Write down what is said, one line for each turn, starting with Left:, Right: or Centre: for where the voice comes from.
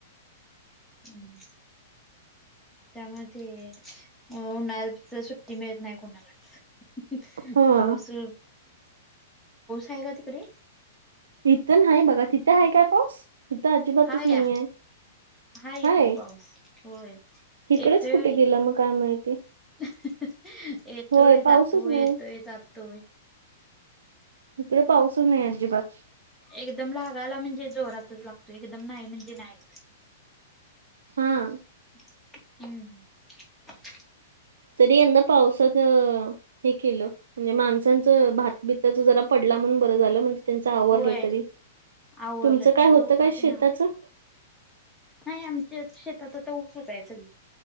Centre: हम्म. त्यामध्ये उन्हाळच सुट्टी मिळत नाही कोणालाच. <unintelligible>
Right: हा
Centre: पाऊस आहे का तिकडे?
Right: इथं ना बघा तिथं आहे काय पाऊस इथं अजिबातच
Centre: हा या
Right: नाही आहे?
Centre: हा इकडे
Right: हाय.
Centre: पाऊस होय.
Right: हिकडेच
Centre: येतोय
Right: कुठे गेला मग काय माहिती.
Centre: <unintelligible> येतोय
Right: होय पाऊसच
Centre: जातो, येतोय
Right: नाही
Centre: जातोय.
Right: हिकडे पाऊसच नाही अजिबात.
Centre: एकदम लागायला म्हणजे जोरातच लागतो, एकदम नाही म्हणजे नाही.
Right: हां.
Centre: हम्म हम्.
Right: तरी यंदा पावसात, हे केलं म्हणजे <unintelligible> त्यांचं भातबीताच जरा पडला म्हणून बरं झालं, म्हणजे त्यांच आवरलं
Centre: होय
Right: तरी.
Centre: आवरलं
Right: तुमचं
Centre: तरी
Right: काय होतं
Centre: रोपात
Right: काय शेताचं?
Centre: ना. नाही आमच्या शेतात आता ऊसच हाय सगळ.